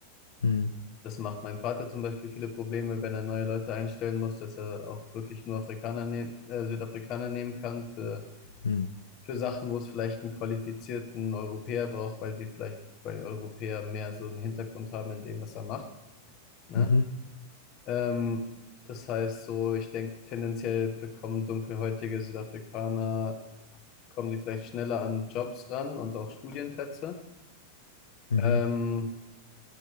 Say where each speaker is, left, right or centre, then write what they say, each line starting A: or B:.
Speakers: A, on the left (about 70°); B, on the left (about 35°).
A: Hm,
B: Das macht meinem Vater zum Beispiel viele Probleme, wenn er neue Leute einstellen muss, dass er auch wirklich nur Afrikaner nehm, äh, Südafrikaner nehmen kann für,
A: hm,
B: für Sachen, wo es vielleicht einen qualifizierten Europäer braucht, weil die vielleicht, weil Europäer mehr so einen Hintergrund haben in dem, was er macht, ne?
A: mhm,
B: Ähm, das heißt so, ich denke, tendenziell bekommen dunkelhäutige Südafrikaner, kommen die vielleicht schneller an Jobs ran und auch Studienplätze.
A: mhm.
B: Ähm,